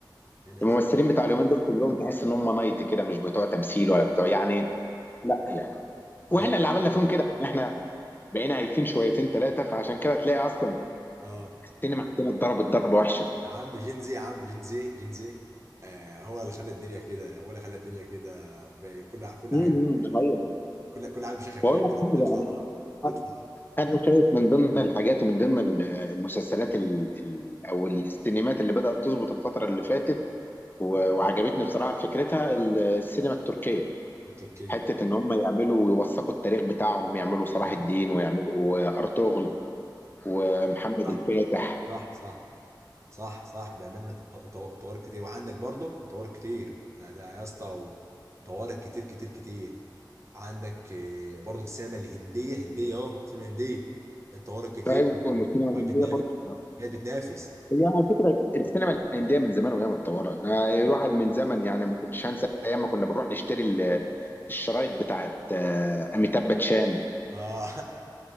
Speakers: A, on the right; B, on the left.
A: القديم
B: الممثلين
A: دي.
B: بتاع اليومين دول كلهم تحس ان هم نايت كده مش بتوع تمثيل ولا بتوع يعني لا يعني واحنا
A: اي
B: اللي عملنا فيهم كده ان احنا بقينا هايفين شويتين ثلاثه فعشان كده تلاقي اصلا
A: اه
B: السينما عندنا اتضربت ضربه وحشه
A: يا عم جين زي يا عم جين زي جين زي آه هو اللي خلى الدنيا كده هو اللي خلى الدنيا كده ب- كل ع- كل
B: امم
A: عام
B: ده حقيقة.
A: كل كل عام شيخه كده
B: بقول لك حاجه
A: يطلع اه
B: انا
A: يطلع اه
B: أنا شايف من ضمن الحاجات ومن ضمن ال- المسلسلات ال- ال- او السينمات اللي بدات تظبط الفتره اللي فاتت آه، وعجبتني بصراحه فكرتها ال- السينما التركيه
A: التركي
B: حته ان هم يعملوا يوثقوا التاريخ بتاعهم يعملوا صلاح
A: اه
B: الدين ويعملوا آه، ارطغرل ومحمد
A: لا
B: الفاتح
A: صح صح صح صح بأمانة ط- ط- طوارئ كتير وعندك برضك طوارئ كتير ده ده يا اسطى و- طوارئ كتير كتير كتير عندك آه، برضك السينما الهندية هندية اهو سينما هندية الطوارئ كتير
B: ايوه والسينما
A: و- و- وهي
B: الهنديه
A: بتنافس
B: برضه
A: هي بتنافس
B: هي على فكره السينما الهنديه من زمان وهي متطوره أنا الواحد من زمن يعني ما كنتش هنسى ايام ما كنا بنروح نشتري ال- الشرايط بتاعت آه، اميتاب باتشان
A: اه